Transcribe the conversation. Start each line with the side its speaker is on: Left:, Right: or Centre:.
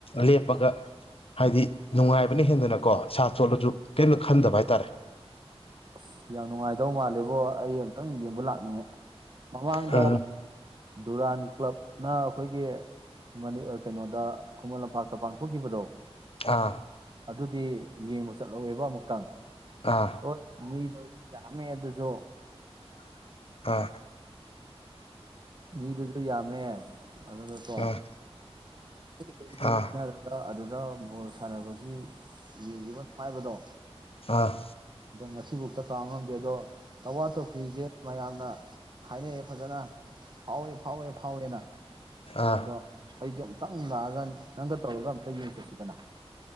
Left: ꯂꯦꯞꯄꯒ ꯍꯥꯏꯗꯤ ꯅꯨꯡꯉꯥꯏꯕꯅ ꯍꯦꯟꯗꯅꯀꯣ ꯏꯁꯥ ꯆꯣꯠꯂꯖꯨ ꯀꯩꯝꯅ ꯈꯟꯗꯕ ꯍꯥꯏꯇꯥꯥꯔꯦ
Right: ꯑꯁ ꯌꯥꯝ ꯅꯨꯡꯉꯥꯏꯗꯧ ꯃꯥꯜꯂꯦꯕꯣ ꯑꯩ ꯑꯃꯨꯛꯇꯪ ꯌꯦꯡꯕ ꯂꯥꯛꯅꯤꯡꯉꯦ ꯃꯃꯥꯡꯗ
Left: ꯎꯝ
Right: ꯗꯨꯔꯥꯟ ꯀ꯭ꯂꯕꯅ ꯑꯈꯣꯏꯒꯤ ꯃꯅꯤ ꯑ ꯀꯩꯅꯣꯗ ꯈꯨꯃꯟ ꯂꯝꯄꯥꯛꯇ ꯄꯥꯡꯊꯣꯛꯈꯤꯕꯗꯣ
Left: ꯑꯥ
Right: ꯑꯗꯨꯗꯤ ꯌꯦꯡꯕ ꯆꯠꯍꯧꯋꯦꯕ ꯑꯃꯨꯛꯇꯪ
Left: ꯑꯥ
Right: ꯍꯣꯏ ꯃꯤꯗꯣ ꯌꯥꯝꯃꯦ ꯑꯗꯨꯁꯨ
Left: ꯑꯥ
Right: ꯃꯤꯗꯨꯁꯨ ꯌꯥꯝꯃꯦ ꯑꯗꯨꯗꯀꯣ
Left: ꯑꯥ
Right: ꯀ꯭ꯔꯤꯛ ꯀ꯭ꯔꯤꯛ
Left: ꯑꯥ
Right: ꯏꯟꯅꯔꯒ ꯑꯗꯨ ꯑꯗ ꯚꯣꯜ ꯁꯥꯟꯅꯕꯒꯤ ꯌꯦꯡꯈꯤꯕꯅꯨꯡ ꯄꯥꯏꯕꯗꯣ
Left: ꯑꯥ
Right: ꯑꯗꯣ ꯉꯁꯤꯐꯥꯎꯗ ꯀꯥꯎꯕ ꯉꯝꯗꯦ ꯑꯗꯣ ꯇꯛꯋꯥ ꯇ꯭ꯔꯣꯐꯤꯁꯦ ꯃꯌꯥꯝꯅ ꯍꯥꯏꯅꯩꯌꯦ ꯐꯖꯅ ꯐꯥꯎꯋꯦ ꯐꯥꯎꯋꯦ ꯐꯥꯎꯋꯦꯅꯥ
Left: ꯑꯥ
Right: ꯑꯗ ꯑꯩꯁꯨ ꯑꯃꯨꯛꯇꯪ ꯂꯥꯛꯑꯒ ꯅꯪꯒ ꯇꯧꯔꯒ ꯑꯝꯇ ꯌꯦꯡꯊꯣꯛꯁꯤꯗꯅ